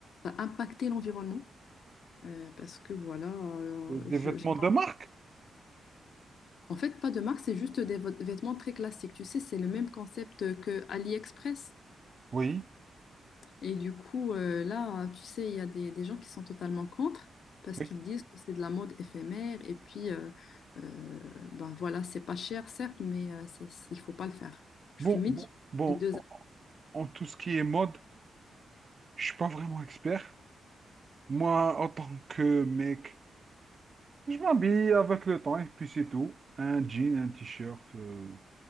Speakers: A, on the left; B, on the right.
A: va impacter l'environnement? Euh, parce que voilà, euh,
B: Des
A: je-
B: vêtements
A: j'ai-
B: de marque?
A: en fait, pas de marque, c'est juste des vêt- vêtements très classiques. Tu sais, c'est le même concept que AliExpress.
B: Oui,
A: Et du coup, euh, là, tu sais, il y a des, des gens qui sont totalement contre parce
B: oui.
A: qu'ils disent que c'est de la mode éphémère et puis, euh, euh, ben voilà, c'est pas cher, certes, mais euh, ça, il faut pas le faire. Je
B: Bon,
A: suis mitigée
B: bon,
A: entre
B: bon,
A: les deux
B: en en tout ce qui est mode, je suis pas vraiment expert. Moi, en tant que mec, je m'habille avec le temps et puis c'est tout. Un jean, un t-shirt, euh,